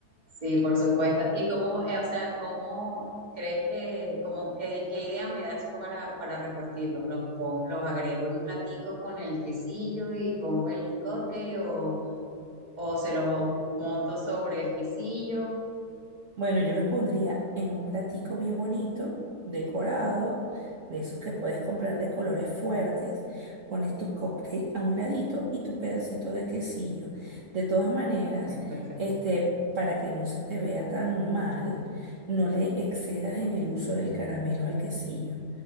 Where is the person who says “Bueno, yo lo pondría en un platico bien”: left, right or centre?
Right